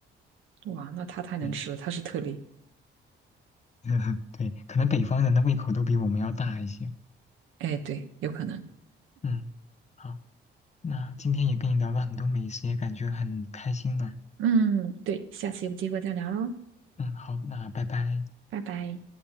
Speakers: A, on the right (about 80°); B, on the left (about 35°).
A: 哇，那他太能吃了，
B: 对
A: 他是特例。
B: <laughs> 对，可能北方人的胃口都比我们要大一些。
A: 哎，对，有可能。
B: 嗯，好，那今天也跟你聊了很多美食，也感觉很开心呢。
A: 嗯，对，下次有机会再聊喽，
B: 嗯，好，那拜拜。
A: 拜拜。